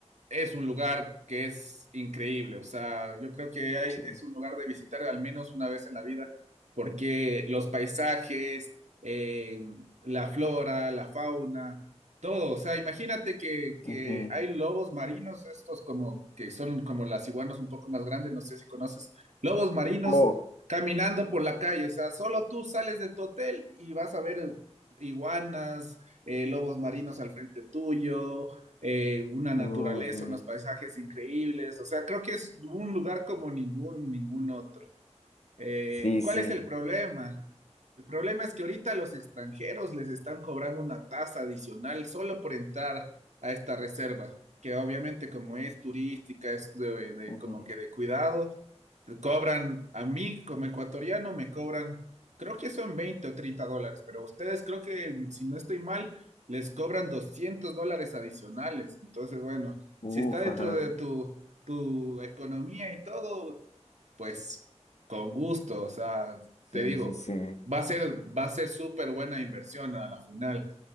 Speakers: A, on the right; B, on the left.
A: es un lugar que es increíble. O sea, yo creo que hay,
B: sí.
A: es un lugar de visitar al menos una vez en la vida, porque los paisajes, eh, la flora, la fauna, todo. O sea, imagínate que, que
B: Ujú.
A: hay lobos marinos, estos como que son como las iguanas un poco más grandes, no sé si conoces, lobos marinos
B: Oh,
A: caminando por la calle. O sea, solo tú sales de tu hotel y vas a ver iguanas, eh, lobos marinos al frente tuyo, eh, una naturaleza,
B: oh, Ujú.
A: unos paisajes increíbles, o sea, creo que es un lugar como ningún, ningún otro. Eh,
B: Sí,
A: ¿cuál
B: sí.
A: es el problema? El problema es que ahorita los extranjeros les están cobrando una tasa adicional solo por entrar a esta reserva, que obviamente como es turística, es de, de-
B: Ujú.
A: como que de cuidado, te cobran, a mí como ecuatoriano me cobran, creo que son 20 o 30 dólares, pero a ustedes creo que, si no estoy mal, les cobran 200 dólares adicionales. Entonces, bueno, si
B: Uf,
A: está dentro
B: ajá.
A: de tu, tu economía y todo, pues con gusto, o sea, te
B: Sí,
A: digo,
B: sí, sí.
A: va a ser, va a ser súper buena inversión a la final.